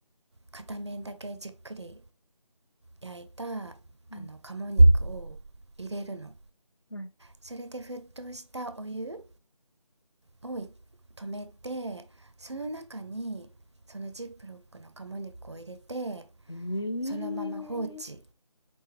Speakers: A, on the right; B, on the left.
A: 片面だけじっくり焼いたあ
B: うん。
A: の鴨肉を入れるの
B: はい。
A: それで沸騰したお湯を止めてその中にそのジップロックの鴨肉を入れて
B: ええ
A: そのまま放置